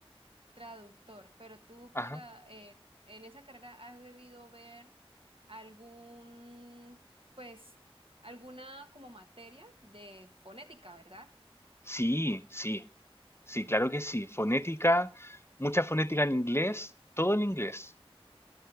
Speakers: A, on the right; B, on the left.
A: Traductor, pero tú
B: Ajá.
A: para eh, en esa carrera has debido ver algún, pues, alguna como materia de fonética, ¿verdad?
B: Sí, sí, sí, claro que sí. Fonética, mucha fonética en inglés, todo en inglés.